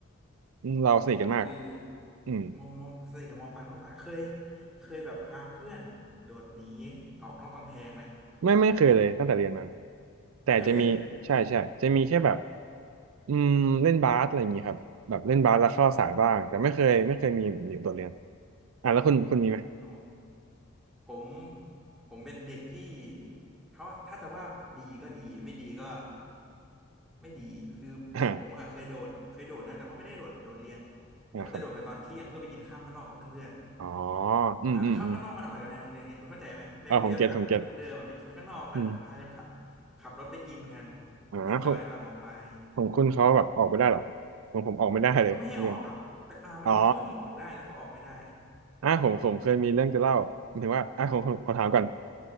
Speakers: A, on the right (about 75°); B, in the centre.
A: อืมเราสนิทกันมาก
B: อ๋อคือ
A: อืม
B: มอมอสนิทกับมอปลายมากกว่าเคยเคยแบบพาเพื่อนโดดหนีออกนอกกำแพงไหม
A: ไม่ไม่เคยเลยตั้งแต่เรียนมาแต่จะมีใช่ใช่จะมีแค่แบบ
B: ไม่เคยเลย
A: อืมเล่นบาสอะไรอย่างงี้ครับแบบเล่นบาสแล้วเข้าสายบ้างแต่ไม่เคยไม่เคยมีแบบนี้โดดเรียนอ่ะแล้วคุณคุณมีไหม
B: อ๋อ ผมผมเป็นเด็กที่เขาถ้าจะว่าดีก็ดีไม่ดีก็ไม่ดีคือผมอะเคยโดดเคยโดดนะแต่ว่าไม่ได้โดดโดดเรียน
A: อ่า
B: แต่ว่าจะโดดไปตอนเที่ยงเพื่อไปกินข้าวข้างนอกกับเพื่อน
A: นะครับอ๋อ
B: ๆอ่าข้าวข้างนอกมันอร่อยกว่าในโรงเรียนไงคุณเข้าใจไหมในโรงเรียนมันก็เดิมๆอะไปกินข้างนอกก็พากันขับ
A: อืมอืมอืมเออผมเก็ตผมเก็ตอืม
B: ขับรถไปกินกัน
A: อ่าของ
B: เอนจอยกว่ามอปลาย
A: ของคุณเขาแบบออกไปได้เหรอของผมออกไม่ได้เลยเรียน
B: เขาไม่ให้ออกครับแต่อ่ามันมีช่วงที่ออกได้แล้วก็ออกไม่ได้
A: อ๋อ อ่ะผมผมเคยมีเรื่องจะเล่าหมายถึงว่าอ่ะผมผมขอถามก่อน